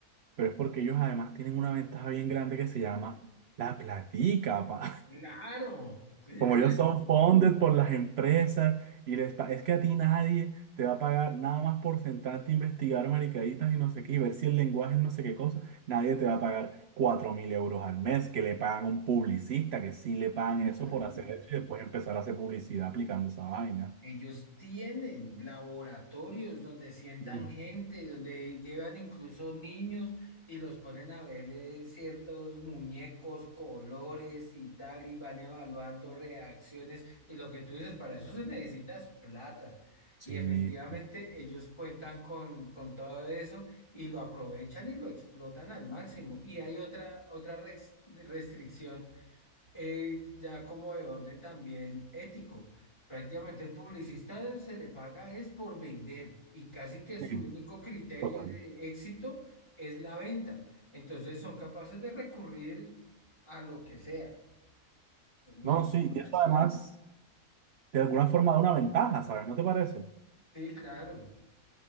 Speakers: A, on the right (about 60°); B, on the left (about 20°).
A: pero es porque ellos además tienen una ventaja bien grande que se llama la platica, pa.
B: Claro, claro,
A: Como ellos son funded por las empresas y les pa- es que a ti nadie te va a pagar nada más por sentarte a investigar maricaditas y no sé qué, y ver si el lenguaje es no sé qué cosa, nadie te va a pagar cuatro mil euros al mes que le pagan a un publicista, que sí le pagan eso
B: claro.
A: por hacer eso y después empezar a hacer publicidad aplicando esa vaina.
B: Ellos tienen laboratorios donde sientan
A: Mm.
B: gente, donde llevan incluso niños y los ponen a ver eh, ciertos muñecos, colores y tal, y van evaluando reacciones. Y lo que tú dices, para eso se necesitas plata.
A: Sí,
B: Y efectivamente
A: sí,
B: ellos cuentan con, con todo eso y lo aprovechan y lo explotan al máximo. Y hay otra, otra rex- restricción eh, ya como de orden también ético. Prácticamente el publicista se le paga es por vender y casi que su
A: sí,
B: único criterio
A: total.
B: de éxito es la venta. Entonces son capaces de recurrir a lo que sea,
A: No,
B: manipulación.
A: sí, y eso además de alguna forma da una ventaja, ¿sabes? ¿No te parece?
B: Sí, claro.